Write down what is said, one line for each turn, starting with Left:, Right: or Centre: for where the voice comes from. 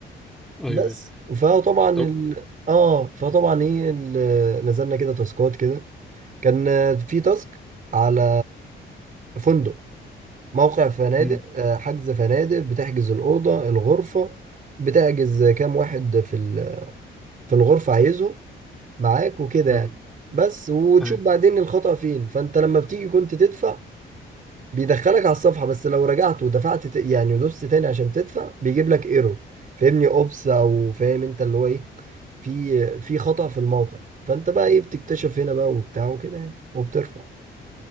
Centre: ايوه
Right: بس
Centre: ايوه
Right: فطبعا ال...
Centre: طب
Right: اه فطبعا ايه ال... نزلنا كده تاسكات كده كان آه، في تاسك على فندق موقع فنادق
Centre: امم
Right: آه، حجز فنادق بتحجز الأوضة الغرفة بتحجز كام واحد في ال... في الغرفة عايزه معاك وكده
Centre: امم
Right: يعني بس وتشوف
Centre: ايوه
Right: بعدين الخطأ فين فانت لما بتيجي كنت تدفع بيدخلك على الصفحة بس لو رجعت ودفعت ت- يعني ودوست تاني عشان تدفع بيجيب لك ايرور فاهمني اوبس او فاهم انت اللي هو ايه في في خطأ في الموقع فانت بقى ايه بتكتشف هنا بقى وبتاع وكده يعني وبترفع